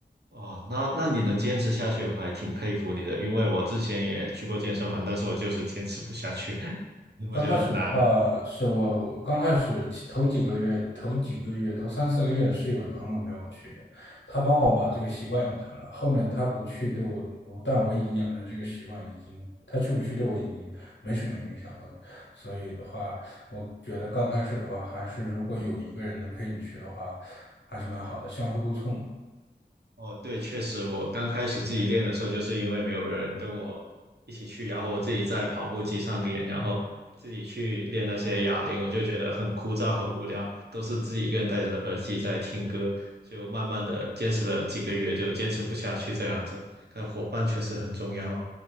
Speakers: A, on the right (about 65°); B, on the left (about 80°).
A: 哦，那那你能坚持下去，我还挺佩服你的。因为我之前也去过健身房，但是我就是坚持不下去，<laughs>
B: 刚开始的话，
A: 我觉得很难。
B: 是我刚开始其头几个月、头几个月、头三四个月是有朋友陪我去的，他帮我把这个习惯养成了。后面他不去对我我但我已经养成这个习惯，已经他去不去对我已经没什么影响了。所以的话，我觉得刚开始的话，还是如果有一个人能陪你去的话，还是蛮好的，相互督促嘛。
A: 哦，对，确实，我刚开始自己练的时候，就是因为没有人跟我一起去，然后我自己在跑步机上练，然后自己去练那些哑铃，我就觉得很枯燥、很无聊，都是自己一个人戴着耳机在听歌，就慢慢的坚持了几个月，就坚持不下去这样子。但伙伴确实很重要。